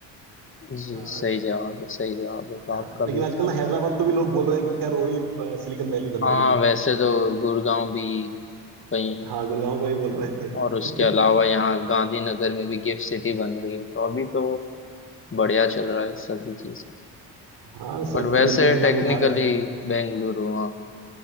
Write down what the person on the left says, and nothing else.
जी
सही जवाब है सही जवाब है तो
आपका
भी
हाँ
वैसे तो गुड़गांव भी कहीं
और उसके अलावा यहाँ गांधीनगर में भी गिफ्ट सिटी बन रही है तो अभी तो बढ़िया चल रहा है सभी चीज
बट वैसे
टेक्निकली
बेंगलुरु हाँ